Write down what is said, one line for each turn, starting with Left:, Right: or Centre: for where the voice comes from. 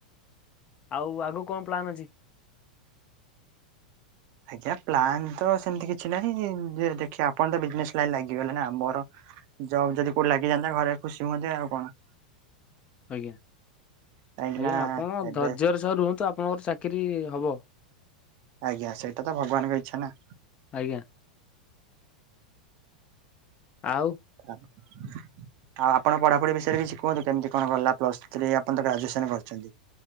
Left: ଆଉ ଆଗୁ କଣ ପ୍ଲାନ ଅଛି?
Right: ଆଜ୍ଞା ପ୍ଲାନତ ସେମିତି କିଛି ନାହିଁ ଯେ ଦେଖିଆ ଆପଣତ ବିଜନେସ ଲାଇନ ଲାଗିଗଲେନା ମୋର ଜବ ଯଦି କୋଉଠି ଲାଗିଯାଆନ୍ତା ଘରେ ଖୁସି ହୁଅନ୍ତେ ଆଉ କଣ।
Left: ଆଜ୍ଞା,
Right: କାହିଁକି
Left: ଆଜ୍ଞା
Right: ନା
Left: ଆପଣ
Right: ଏବେ
Left: ଧର୍ଯ୍ୟର ସହ ରୁହନ୍ତୁ ଆପଣଙ୍କର ଚାକିରି ହବ।
Right: ଆଜ୍ଞା, ସେଇଟା ତ ଭଗବାନଙ୍କ ଇଚ୍ଛା ନା।
Left: ଆଜ୍ଞା। ଆଉ
Right: <unintelligible> ଆଉ ଆପଣ ପଢ଼ାପଢ଼ି ବିଷୟରେ କିଛି କୁହନ୍ତୁ, କେମିତି କଣ ଗଲା ପ୍ଲସ୍ ଥ୍ରୀ, ଆପଣ ତ ଗ୍ରାଜୁଏସନ୍ କରିଛନ୍ତି।